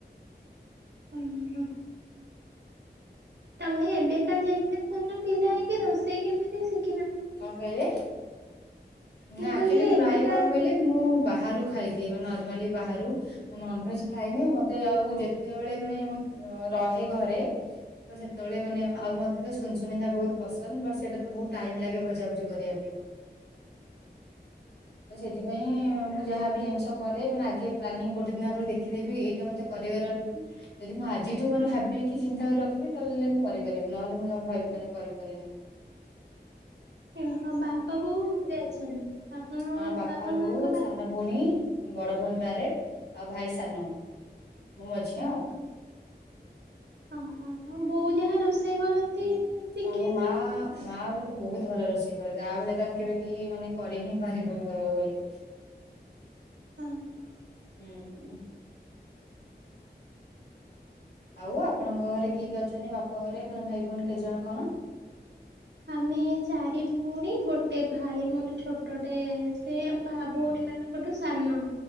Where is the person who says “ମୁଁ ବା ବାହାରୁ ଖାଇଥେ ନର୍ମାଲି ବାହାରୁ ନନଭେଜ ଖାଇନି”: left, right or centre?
Left